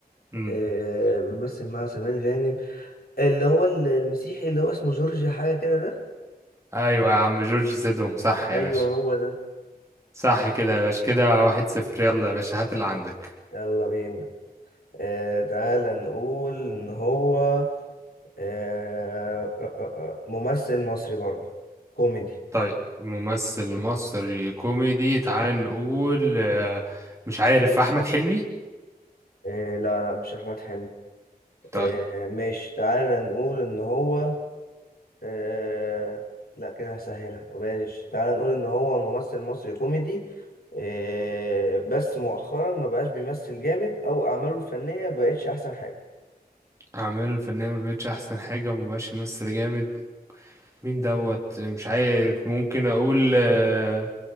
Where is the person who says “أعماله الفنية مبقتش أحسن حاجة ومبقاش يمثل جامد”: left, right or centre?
Right